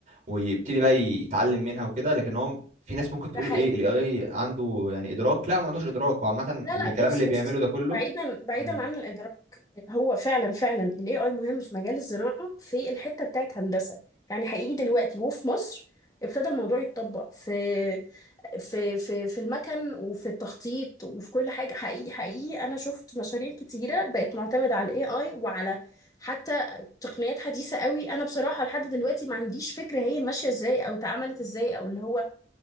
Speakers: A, on the right; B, on the left.
A: ويبتدي بقى يتعلم منها وكده لكن هو في ناس ممكن تقول
B: حقيقي
A: ايه الاي اي عنده يعني ادراك لا ما عندوش ادراك هو عامه
B: لا
A: الكلام
B: لا بص
A: اللي
B: بص
A: بيعمله ده كله
B: بعيدا بعيدا
A: مم.
B: عن الادراك هو فعلا فعلا الاي اي مهم في مجال الزراعة في الحتة بتاعت هندسة يعني حقيقي دلوقتي وفي مصر ابتدى الموضوع يتطبق في في في في المكن وفي التخطيط وفي كل حاجة حقيقي حقيقي أنا شفت مشاريع كتيرة بقت معتمدة على ال AI وعلى حتى تقنيات حديثة قوي أنا بصراحة لحد دلوقتي ما عنديش فكرة هي ماشية إزاي أو اتعملت إزاي أو اللي هو